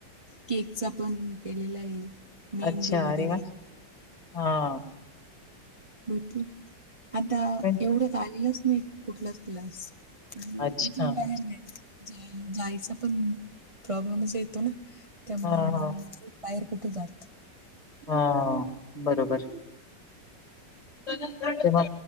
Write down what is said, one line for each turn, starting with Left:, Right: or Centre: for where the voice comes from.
Right: केकचा पण केलेला आहे मेहंदी
Left: अच्छा
Right: वगैरे
Left: अरे वा हा
Right: भरपूर आता
Left: पण
Right: एवढंच आलेलंच नाही कुठलाच क्लास प
Left: अच्छा.
Right: इथून बाहेर नाही जायचा पण प्रॉब्लेमच येतो ना त्यामुळे
Left: हां,
Right: मग
Left: हां,
Right: बाहेर कुठे जात
Left: हा बरोबर ते्हा